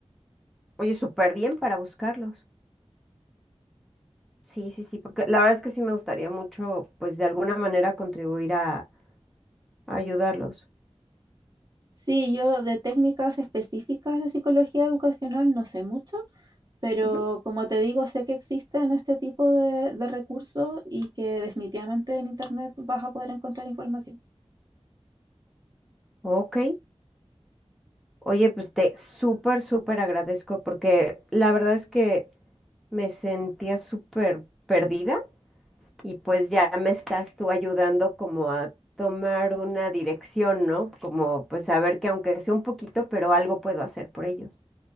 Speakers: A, in the centre; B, on the right.
A: Oye, súper bien para buscarlos. Sí, sí, sí, porque la verdad es que sí me gustaría mucho, pues de alguna manera contribuir a, a ayudarlos.
B: Sí, yo de técnicas específicas de psicología educacional no sé mucho, Pero
A: Ujú.
B: como te digo, sé que existen este tipo de, de recursos y que definitivamente en internet vas a poder encontrar información.
A: Ok. Oye, pues te súper, súper agradezco porque la verdad es que me sentía súper perdida y pues ya me estás tú ayudando como a tomar una dirección, ¿no? Como pues saber que aunque sea un poquito, pero algo puedo hacer por ellos.